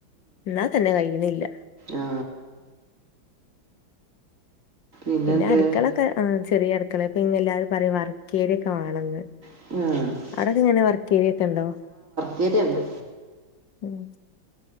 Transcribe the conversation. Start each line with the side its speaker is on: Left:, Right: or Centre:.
Left: ന്നാ തന്നെ കയ്യിണില്ല
Right: ആ പിന്നെന്ത്
Left: പിന്നെ അട്ക്കളൊക്കെ ആ ചെറിയ അട്ക്കളെ പിന്നെ എല്ലാരും പറിം വർക്കേരിയൊക്കെ വാണന്ന്
Right: ആ
Left: അവ്ടൊക്കെങ്ങനെ വർക്കേരിയൊക്കണ്ടോ
Right: കേര്യണ്ട്
Left: ഉം